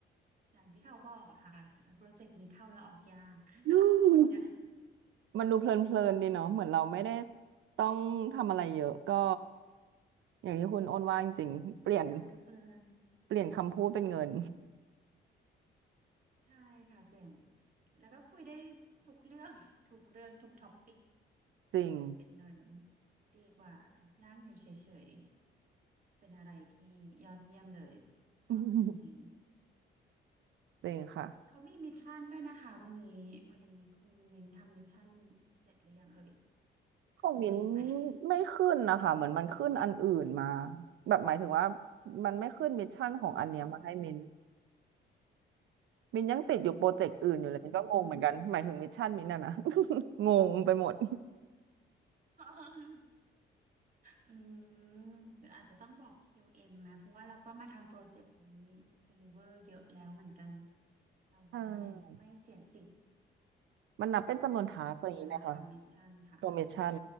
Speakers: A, on the right (about 45°); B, on the right (about 75°).
A: อย่างที่เขาบอกอะค่ะโปรเจกต์นี้เข้าแล้วออกยาก <laughs>
B: อืม
A: เข้าแล้วออกยาก
B: มันดูเพลินๆดีเนาะเหมือนเราไม่ได้ต้องทำอะไรเยอะก็อย่างที่คุณโอนว่าจริงๆเปลี่ยน
A: ใช่ค่ะมาดูเพลิน
B: เปลี่ยนคำพูดเป็นเงิน
A: ใช่ค่ะเปลี่ยนแล้วก็คุยได้ทุกเรื่อง <laughs> ทุกเรื่องทุกท็อปปิก
B: <laughs> จริง
A: เปลี่ยนเป็นเงินดีกว่านั่งอยู่เฉยๆเป็นอะไรที่ยอดเยี่ยมเลยชอบจริง
B: <laughs> จริงค่ะ
A: ๆเขามีมิชชั่นด้วยนะคะวันนี้วันนี้คุณมินทำมิชชั่นเสร็จหรือยังเอ่ย
B: ของมิ้น
A: complete ไหม
B: ไม่ขึ้นนะคะ เหมือนมันขึ้นอันอื่นมา แบบหมายถึงว่ามันไม่ขึ้นมิชชั่นของอันเนี้ยมาให้มิ้น
A: อ๋อ
B: มินยังติดอยู่โปรเจกต์อื่นอยู่เลยมินก็งงเหมือนกันหมายถึงมิชชั่นมินน่ะนะ
A: อืม
B: <laughs> งงไปหมด
A: <laughs> อืมหรืออาจจะต้องบอก QM นะเพราะว่าเราก็มาทำโปรเจกต์นี้ deliver เยอะแล้วเหมือนกัน เราจะได้ไม่เสียสิทธิ์
B: ใช่มันนับเป็นจำนวนทาสอะไรอย่างนี้ไหมคะ
A: ยังมีเวลาทำมิชชั่นค่ะ
B: ตัวมิชชั่น